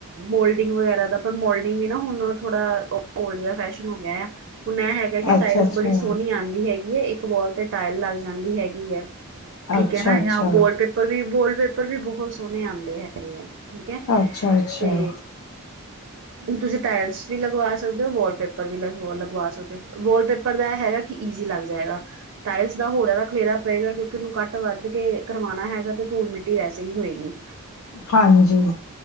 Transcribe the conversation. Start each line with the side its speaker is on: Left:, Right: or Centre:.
Right: ਮੋਲਡਿੰਗ ਵਗੈਰਾ ਦਾ ਪਰ ਮੋਲਡਿੰਗ ਵੀ ਨਾ ਹੁਣ ਥੋੜਾ ਔਲਡ ਜਿਆ ਫੈਸ਼ਨ ਹੋ ਗਿਆ ਐ। ਹੁਣ ਇਹ ਹੈਗਾ ਕਿ
Left: ਅੱਛਾ
Right: ਟਾਇਲਸ
Left: ਅੱਛਾ
Right: ਬੜੀ ਸੋਹਣੀ ਆਉਂਦੀ ਹੈਗੀ ਏ ਇੱਕ ਵਾਲ ਤੇ ਟਾਇਲ ਲੱਗ ਜਾਂਦੀ ਹੈਗੀ ਐਂ। ਠੀਕ
Left: ਅੱਛਾ
Right: ਹੈ ਨਾ
Left: ਅੱਛਾ
Right: ਜਾਂ ਵਾਲ ਪੇਪਰ ਵੀ ਵਾਲ ਪੇਪਰ ਵੀ ਬਹੁਤ ਸੋਹਣੇ ਆਉਂਦੇ ਹੈਗੇ ਐ। ਠੀਕ ਐ
Left: ਅੱਛਾ ਅੱਛਾ
Right: ਤੇ ਤੁਸੀਂ ਟਾਇਲਸ ਵੀ ਲਗਵਾ ਸਕਦੇ ਹੋ ਵਾਲਪੇਪਰ ਵੀ ਲ ਲਗਵਾ ਸਕਦੇ ਹੋ। ਵਾਲਪੇਪਰ ਪਰ ਇਹ ਹੈਗਾ ਕਿ ਈਜ਼ੀ ਲੱਗ ਜਾਏਗਾ। ਟਾਇਲਸ ਦਾ ਹੋਰ ਜਾਦਾ ਖਲੇਰਾ ਪਏਗਾ ਕਿਉਂਕਿ ਉਹਨੂੰ ਕੱਟ ਵਧ ਕੇ ਕਰਵਾਣਾ ਹੈਗਾ ਤੇ ਧੂਲ ਮਿੱਟੀ ਟੀ ਏਸੇ ਹੀ ਹੋਏਗੀ।
Left: ਹਾਂਜੀ।